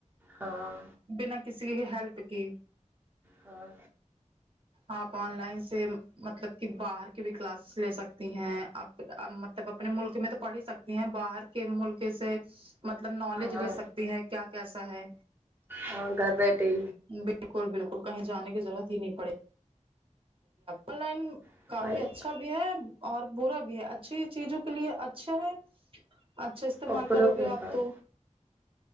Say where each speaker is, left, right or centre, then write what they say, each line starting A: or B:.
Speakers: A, on the right; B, on the right.
A: ہاں
B: بنا کسی کے ہیلپ کے
A: ہاں
B: آپ آن لائن سے مطلب کہ باہر کی بھی کلاسز لے سکتی ہیں جب اپنے ملک میں تو پڑھ ہی سکتی ہیں باہر کے ملک سے مطلب نالج
A: ہاں
B: لے سکتی ہیں کیا کیسا ہے
A: ہاں گھر بیٹھے
B: بالکل بالکل کہیں جانے کی ضرورت ہی نہیں پڑے آن لائن
A: ہی
B: کافی اچھا بھی ہے اور برا بھی ہے اچھی چیزوں کے لیے اچھا ہے اچھا استعمال
A: اور پرو
B: کرو
A: کے
B: گے آپ
A: ساتھ
B: تو